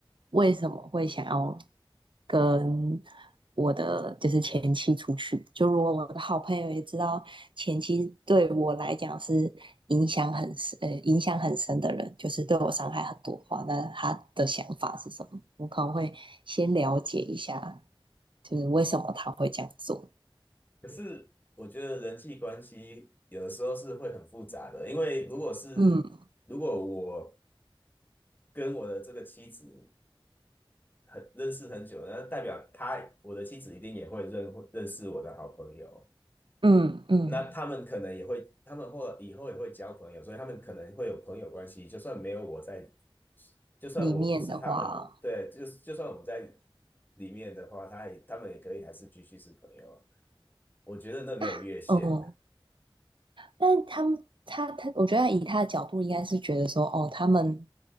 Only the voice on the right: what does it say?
为什么会想要跟我的就是前妻出去？”就如果我的好朋友也知道前妻对我来讲是影响很深，呃，影响很深的人，
就是对我伤害很多的话，那他的想法是什么？我可能会先了解一下，就是为什么他会这样做。
嗯
嗯嗯。
里面的话，
<laughs> 嗯，
但他们他他，我觉得以他的角度，应该是觉得说，哦，他们